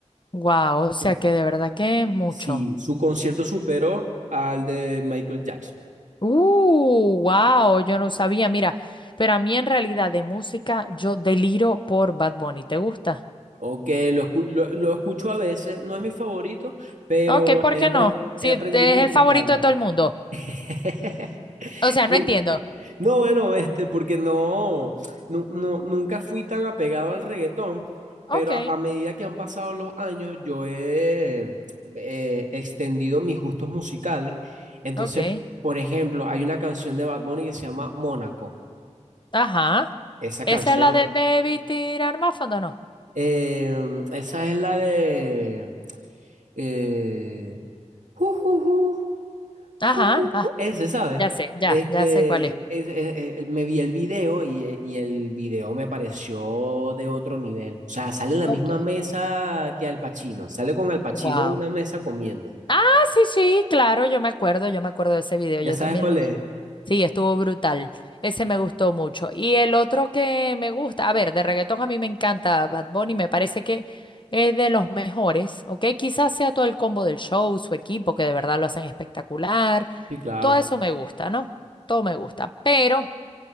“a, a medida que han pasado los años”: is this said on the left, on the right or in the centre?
Right